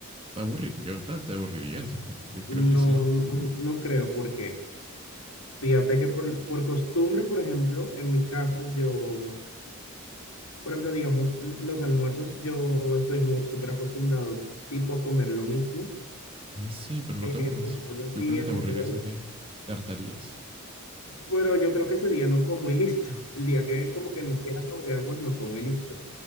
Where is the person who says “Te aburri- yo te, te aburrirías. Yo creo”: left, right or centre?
Right